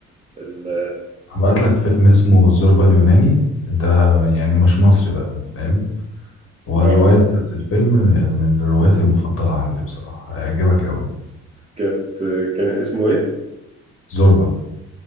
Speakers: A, on the right; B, on the left.
A: ال
B: هبعت لك فيلم اسمه الزوربة اليوناني ده يعني مش مصري بقى فاهم هو
A: اه
B: الروايه بتاعت الفيلم من الروايات المفضله عندي بصراحه هيعجبك قوي
A: كانت كان اسمه ايه؟
B: زوربة